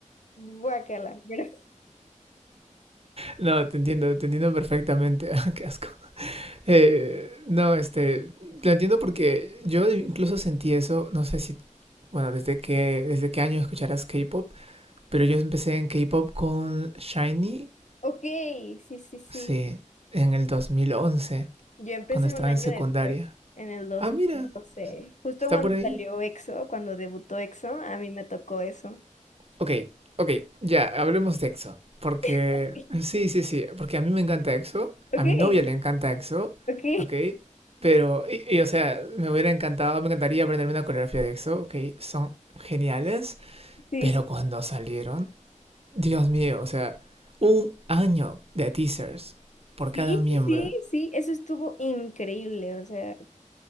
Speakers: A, on the left; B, on the right.
A: guácala. <laughs> pero-
B: No, te entiendo, te entiendo perfectamente. <laughs> Qué asco. Eh, no, este, lo entiendo porque yo incluso sentí eso, no sé si, bueno, desde qué, desde qué año escucharás K-pop, pero yo empecé en K-pop con Shinee
A: Ok, sí, sí, sí.
B: Sí, en el 2011
A: Yo empecé
B: cuando estaba
A: un año
B: en secundaria.
A: después, en el dos
B: Ah, mira,
A: mil doce justo
B: está
A: cuando
B: por ahí.
A: salió EXO, cuando debutó EXO, a mí me tocó eso.
B: Ok, ok, ya, hablemos de EXO. Porque,
A: <laughs>
B: sí, sí, sí, porque a mí me encanta EXO,
A: Ok,
B: a mi novia le encanta EXO,
A: ok,
B: ok. Pero, y, y, o sea, me hubiera encantado, me encantaría aprenderme una coreografía de EXO, ok, son geniales.
A: sí,
B: Pero cuando salieron, Dios mío, o sea, un año de teasers por
A: Sí,
B: cada miembro.
A: sí, sí, eso estuvo increíble, o sea,